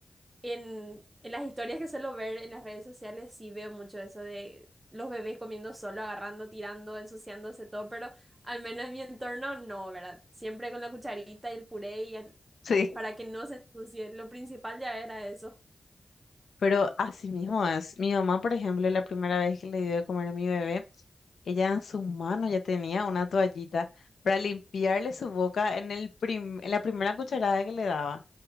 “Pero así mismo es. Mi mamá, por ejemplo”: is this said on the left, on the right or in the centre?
Left